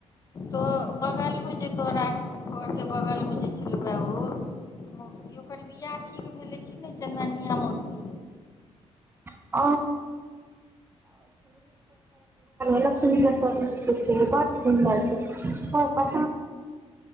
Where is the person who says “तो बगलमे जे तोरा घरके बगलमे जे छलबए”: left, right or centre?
Left